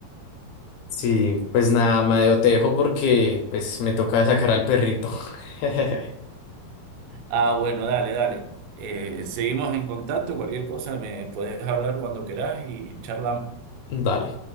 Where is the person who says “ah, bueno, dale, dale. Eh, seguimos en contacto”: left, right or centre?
Right